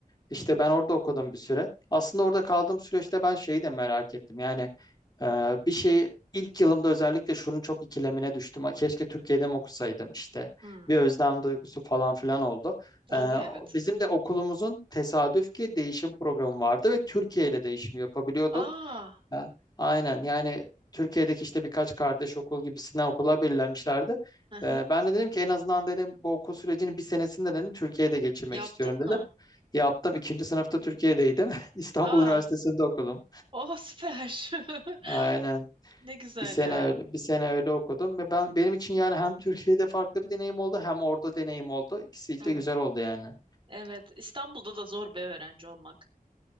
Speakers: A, on the left (about 25°); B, on the right (about 35°).
A: İşte
B: Hı hı.
A: ben orada okudum bir süre. Aslında orada kaldığım süreçte ben şeyi de merak ettim. Yani e, bir şey ilk yılımda özellikle şunun çok ikilemine düştüm. "Aa, Keşke Türkiye'de mi okusaydım işte.
B: Hmm,
A: Bir özlem duygusu falan filan oldu.
B: Oluyor
A: E,
B: evet.
A: bizim de okulumuzun tesadüf ki değişim programı vardı ve Türkiye ile değişim yapabiliyordun.
B: Aa,
A: E, aynen yani Türkiye'deki işte birkaç kardeş okul gibisinden okula belirlenmişlerdi.
B: hı hı.
A: E, Ben de dedim ki en azından dedim bu okul sürecinin bir senesinde dedim Türkiye'de geçirmek
B: Yaptın
A: istiyorum dedim.
B: mı?
A: Yaptım. İkinci sınıfta Türkiye'deydim. <laughs> İstanbul
B: Aa,
A: Üniversitesi'nde okudum.
B: oh süper. <laughs>
A: Aynen.
B: Ne güzel
A: Bir sene
B: ya.
A: öyle, bir sene öyle okudum ve ben benim için yani hem Türkiye'de farklı bir deneyim oldu hem orada deneyim oldu. İkisi
B: Evet.
A: de güzel oldu yani.
B: Evet. İstanbul'da da zor bir öğrenci olmak.